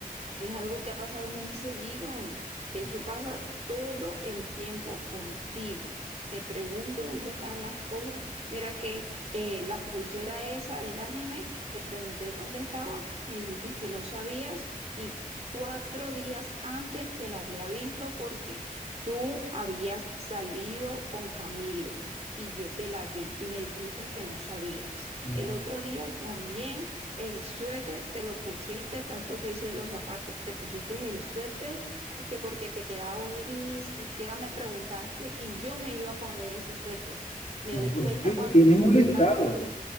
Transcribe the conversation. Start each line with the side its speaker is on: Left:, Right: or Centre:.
Right: es algo que ha pasado muy seguido. Eso
Left: No,
Right: pasa todo el tiempo contigo. Te pregunto dónde están las cosas. Mira que eh, la pulsera esa del anime, te pregunté dónde estaba, me dijiste que no sabías y cuatro días antes te la había visto porque tú habías salido con Camilo. Y yo te la vi y me dijiste que no sabías.
Left: no,
Right: El otro día también el suéter, te lo pusiste, tanto que hice los zapatos, te pusiste el suéter y que porque te quedaba bonito y ni siquiera me preguntaste y yo me iba a poner ese suéter. Me
Left: no,
Right: doy
Left: pero
Right: cuenta
Left: es que
Right: cuando
Left: tienes
Right: subes
Left: un listado.
Right: la foto.